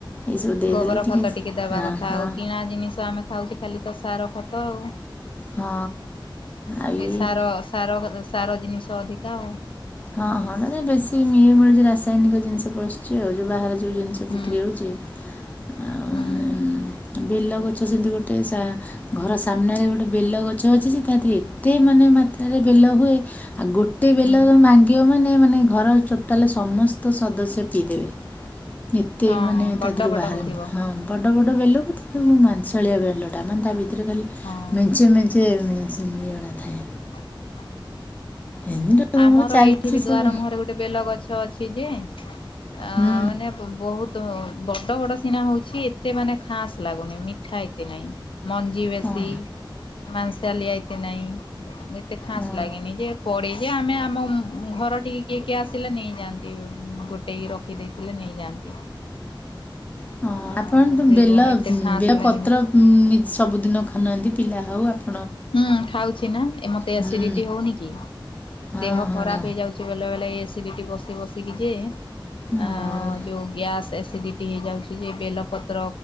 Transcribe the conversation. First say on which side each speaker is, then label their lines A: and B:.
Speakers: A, on the left; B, on the left.
A: ଏଇସବୁ ଦେଇଦେଲେ
B: ଗୋବର ଖତ ଟିକେ ଦବା
A: ହଁ
B: କଥା
A: ହଁ
B: ଆଉ କିଣା ଜିନିଷ ଆମେ ଖାଉଛେ ଖାଲି ତ ସାର ଖତ ଆଉ। ଏଇ
A: ହଁ ଆଉ ଏଇ
B: ସାର ସାର ସାର ଜିନିଷ ଅଧିକା ଆଉ।
A: ହଁ ହଁ ନା ବେଶୀ ଇଏ ମିଳୁଛି ରାସାୟନିକ ଜିନିଷ ପସୁଛି ଆଉ ଯୋଉ ବାହାର ଯେଉ ଜିନିଷ
B: ହୁଁ
A: ବିକ୍ରି ହଉଛି ଆଁ
B: ହୁଁ
A: ଉଁ ବେଲଗଛ ସେମିତି ଗୋଟେ ସା ଘର ସାମ୍ନାରେ ଗୋଟେ ବେଲ ଗଛ ଗଛ ଅଛି ତା ଏତେ ମାନେ ମାତ୍ରାରେ ବେଲ ହୁଏ ଆଉ ଗୋଟେ ବେଲ
B: ହୁଁ
A: ତ ମା ଭାଙ୍ଗିବ ମାନେ ମାନେ ଘର ଟୋଟଲ ସ ସମସ୍ତ ସଦସ୍ୟ ପିଇଦେବେ। ଏତେ
B: ହଁ
A: ମାନେ
B: ବଡ
A: ତା ଦେହରୁ
B: ବଡ
A: ବାହାରେ
B: ହଉଥିବ
A: ହଁ ବଡ ବଡ ବେଲ। ମୁଁ ମାଂସାଳିଆ ବେଲଟା ନା ତା ଭି ସେଥିରେ ଖାଲି
B: ହଁ
A: ମେଞ୍ଚେ ମେଞ୍ଚେ ସେ ତିନି ଓଳା ଥାଏ।
B: <inaudible>
A: ଏମିତି ତମକୁ
B: ଆମର
A: ଚାଲିଛି
B: ଏଇଠି ବି
A: ସବୁ
B: ଦୁଆର ମୁହରେ ଗୋଟେ ବେଲ ଗଛ ଅଛି। କି ଯେ ଅ
A: ହୁଁ।
B: ମାନେ ବହୁତ ବଡ ବଡ ସିନା ହଉଛି ଏତେ ମାନେ ଖାସ୍ ଲାଗୁନି ମିଠା ଏତେ ନାହିଁ। ମଞ୍ଜି ବେଶୀ
A: ହଁ।
B: ମାଂସଲିଆ ଏତେ ନହିଁ ଏତେ ଖାସ୍
A: ହଁ
B: ଲାଗେନି ଯେ ପଡେ ଯେ ଆମେ ଆମ ଘର ଟିକେ କିଏ କିଏ ଆସିଲେ ନେଇଯାଆନ୍ତି ଗୋଟେ ଇକି ରଖିଦେଇଥିଲେ ନେଇଯାଆନ୍ତି।
A: ହଁ
B: ଆଉ
A: ଆପଣ ତ
B: ସେ
A: ବେଲ
B: ଏତେ ଖାସ୍ ଲାଗେନି
A: ପତ୍ର ସବୁଦିନ ଖାଉନାହାନ୍ତି ପିଲା ହଉ ଆପ
B: ହୁଁ ଖାଉଛି ନା ଏ ମତେ
A: ହୁଁ
B: ଏସିଡିଟି ହଉନି କି
A: ହଁ
B: ଦେହ
A: ହଁ
B: ଖରାପ ହେଇଯାଉଛି ବେଲେ ବେଲେ ଏସିରିଟି ବସି ବସିକି ଯେ
A: ହଁ
B: ଆ ଯୋଉ ଗ୍ୟାସ୍ ଏସିଡିଟି ହେଇଯାଉଛି ଯେ ବେଲ ପତ୍ର